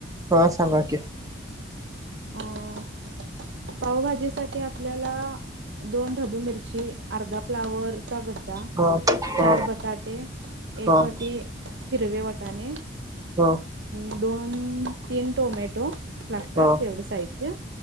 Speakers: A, on the right; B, on the right.
A: हा सांगा की
B: अ पावभाजी साठी आपल्याला दोन ढबू मिर्ची. अर्धा फ्लावरचा गड्डा
A: ह ह
B: चार बटाटे एक
A: ह
B: वाटी. हिरव्ये वटाने
A: हो.
B: अ दोन तीन टोमॅटो लागतात
A: ह ह ह
B: तेवढं साहित्य.